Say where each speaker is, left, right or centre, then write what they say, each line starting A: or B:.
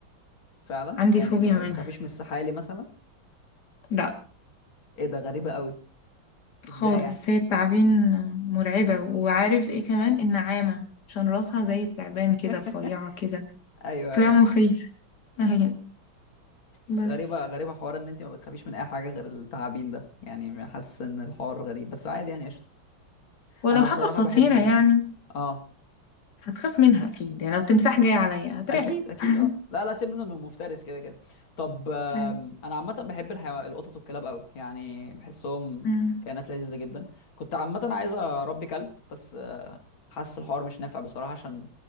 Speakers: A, on the left; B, on the left.
A: فعلا
B: عندي
A: يعني
B: فوبيا
A: ما
B: منها
A: بتخافيش من السحالي مثلا
B: لا
A: ايه ده غريبه قوي
B: خالص
A: ازاي يعني
B: هي التعابين مرعبة وعارف ايه كمان النعامة عشان راسها زي التعبان كده
A: <laughs>
B: رفيعة كده
A: ايوه
B: كلام
A: ايوه
B: مخيف <laughs> ايوه
A: بس
B: بس
A: غريبه غريبه حوار ان انت ما بتخافيش من اي حاجه غير التعابين ده يعني حاسس ان الحوار غريب بس عادي يعني قشطه
B: ولو
A: انا بصراحه
B: حاجة خطيرة
A: بحب ال...
B: يعني
A: اه
B: هتخاف منها اكيد يعني لو تمساح جاي عليا هترعب
A: اكيد اكيد
B: <laughs>
A: اه لا لا سيبنا من المفترس كده كده طب آم،
B: ايوه
A: انا عامه بحب الحيو... القطط والكلاب قوي يعني بحسهم
B: أمم.
A: كائنات لذيذه جدا كنت عامه عايز اربي كلب بس آه، حاسس الحوار مش نافع بصراحه عشان